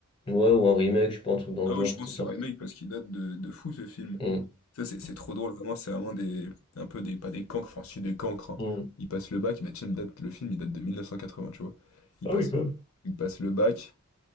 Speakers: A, on the left; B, on the left.
A: Ouais, ou un remake, je sais pas, un truc dans
B: Ah
A: le genre
B: oui, je
A: qui
B: pense
A: était
B: que
A: sorti.
B: c'est un remake parce qu'il date de, de fou ce film.
A: Hmm.
B: Ça, c'est c'est trop drôle, vraiment, c'est vraiment des. Un peu des. Pas des cancres, enfin, si des cancres. hein.
A: Hmm.
B: Ils passent le bac, bah tiens, le, date, le film, il date de 1980, tu vois. Ils
A: Ah
B: passent
A: oui, quand
B: le,
A: même.
B: ils passent le bac,